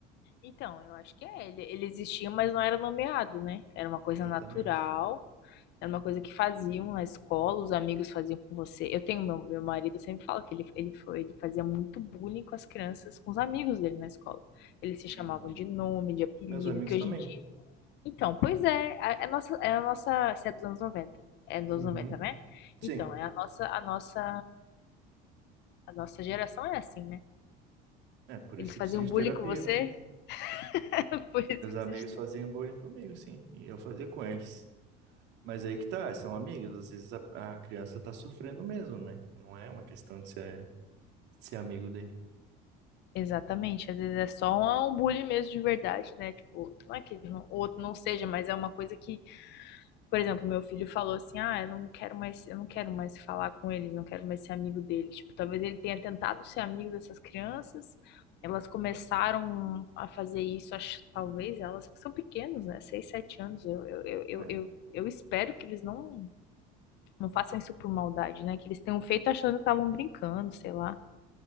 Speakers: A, on the left; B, on the right.
A: Então, eu acho que é. Ele, ele existia, mas não era nomeado, né? Era uma coisa
B: Exatamente.
A: natural, era uma coisa que faziam na escola, os amigos faziam com você. Eu tenho meu, meu marido sempre fala que ele, ele foi, ele fazia muito bullying com as crianças, com os amigos dele na escola. Eles se chamavam
B: Uhum.
A: de nome, de apelido,
B: Meus amigos
A: que hoje
B: também.
A: em dia. Então, pois é, a, é a nossa, é a nossa, isso é dos anos 90. É dos
B: Uhum.
A: anos 90, né?
B: Sim.
A: Então, é a nossa, a nossa, a nossa geração é assim, né?
B: É por
A: Eles
B: isso que
A: faziam
B: preciso de
A: bullying
B: terapia,
A: com você,
B: né?
A: <laughs> por isso
B: Meus
A: eu preciso
B: amigos faziam bullying comigo, sim, e eu fazia com eles. Mas aí que tá, são amigos, às vezes a, a criança tá sofrendo mesmo, né? Não é uma questão de ser, de ser amigo daí.
A: Exatamente, às vezes é só um um bullying mesmo de verdade, né? Tipo, não é que não- o outro não seja, mas é uma coisa que, por exemplo, meu filho falou assim: "Ah, eu não quero mais, eu não quero mais falar com eles, não quero mais ser amigo deles". Tipo, talvez ele tenha tentado ser amigo dessas crianças, elas começaram a fazer isso, acho, talvez elas que são pequenos, né? Seis, sete anos. Eu, eu, eu, eu,
B: É.
A: eu, eu espero que eles não, não façam isso por maldade, né? Que eles tenham feito achando que estavam brincando, sei lá.